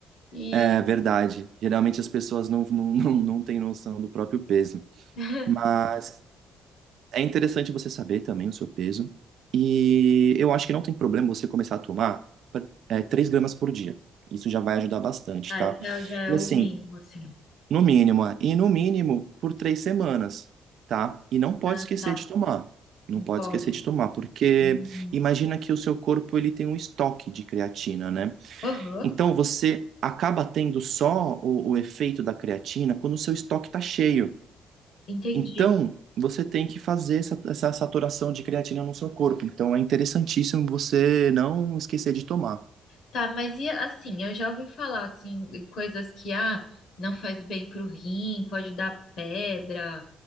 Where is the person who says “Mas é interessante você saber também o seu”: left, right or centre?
Right